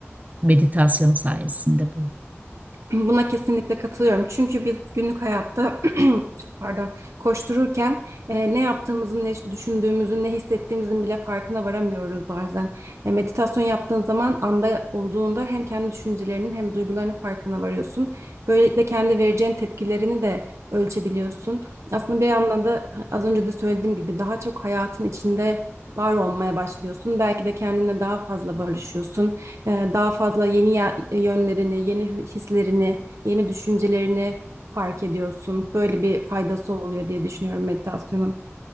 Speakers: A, on the right; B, on the right.
A: meditasyon sayesinde bu.
B: Buna kesinlikle katılıyorum. Çünkü biz günlük hayatta <clears throat> çok pardon koştururken e, ne yaptığımızın, ne düşündüğümüzün, ne hissettiğimizin bile farkına varamıyoruz bazen. E, meditasyon yaptığın zaman anda olduğunda hem kendi düşüncelerinin hem duygularının farkına varıyorsun. Böylelikle kendi vereceğin tepkilerini de ölçebiliyorsun. Aslında bir anlamda az önce de söylediğim gibi daha çok hayatın içinde var olmaya başlıyorsun. Belki de kendinle daha fazla barışıyorsun e, daha fazla yeni ya- yönlerini, yeni hislerini, yeni düşüncelerini fark ediyorsun. Böyle bir faydası oluyor diye düşünüyorum meditasyonun.